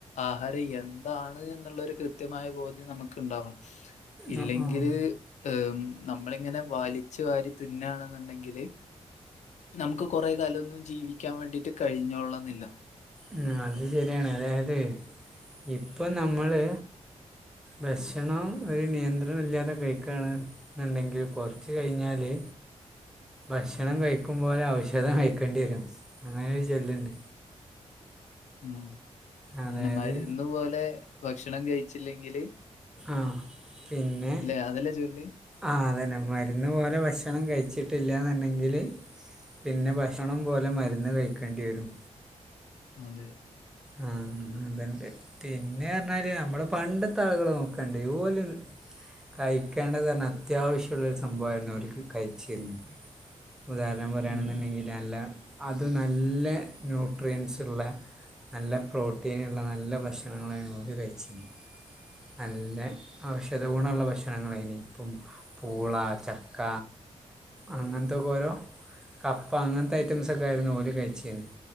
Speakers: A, on the left; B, in the centre.
A: ആഹാരം എന്താണ് എന്നുള്ളൊരു കൃത്യമായ ബോധ്യം നമുക്ക്ണ്ടാവണം ഇല്ലെങ്കില്
B: ഉം ഉം
A: ഏഹ് ഉം നമ്മളിങ്ങനെ വലിച്ചു വാരി തിന്ന് ആണ്ന്ന്ണ്ടെങ്കില് നമുക്ക് കൊറേ കാലൊന്നും ജീവിക്കാൻ വേണ്ടീട്ട് കഴിഞ്ഞോളണംന്നില്ല
B: ഉം അത് ശരിയാണ് അതായത് ഇപ്പൊ നമ്മള് ഭക്ഷണം ഒരു നിയന്ത്രണുല്ല്യാതെ കഴിക്ക്ആണ് ന്നുണ്ടെങ്കിൽ കുറച്ച് കഴിഞ്ഞാല് ഭക്ഷണം കഴിക്കും പോലെ ഔഷധം കഴിക്കേണ്ടി വരും അങ്ങനെരു ചൊല്ലുണ്ട്
A: ഉം അങ്ങനെ
B: അതായത്
A: മരുന്ന് പോലെ ഭക്ഷണം കഴിച്ചില്ലെങ്കില്
B: ആഹ് പിന്നെ
A: ഇല്ലേ അതല്ലേ ചൊല്ല്
B: ആഹ് അത് തന്നെ മരുന്ന് പോലെ ഭക്ഷണം കഴിച്ചിട്ടില്ലാന്നുണ്ടെങ്കില് പിന്നെ ഭക്ഷണം പോലെ മരുന്ന് കഴിക്കേണ്ടി വരും
A: അതെ
B: ആഹ് നന്തണ്ട് പിന്നെ പറഞ്ഞാല് നമ്മുടെ പണ്ടത്തെ ആളുകൾ നോക്കാണ്ട് ഓല് കഴിക്കേണ്ടത് തന്നെ അത്യാവശ്യമുള്ളൊരു സംഭവമായിരുന്നു അവർക്ക് കഴിച്ചിരുന്നത് ഉദാഹരണം പറയയാണെന്നുണ്ടെങ്കിൽ
A: ഉം
B: നല്ല അത് നല്ല ന്യൂട്രിയൻസുള്ള നല്ല പ്രോട്ടീനുള്ള നല്ല ഭക്ഷണങ്ങളാണ് ഓര് കഴിച്ചന് നല്ല ഔഷധ ഗുണമുള്ള ഭക്ഷണങ്ങളായിനി ഇപ്പം പൂള ചക്ക അങ്ങനത്തൊക്കെ ഓരോ കപ്പ അങ്ങനത്തെ ഐറ്റംസൊക്കെ ആയിരുന്നു ഓല് കഴിച്ചതന്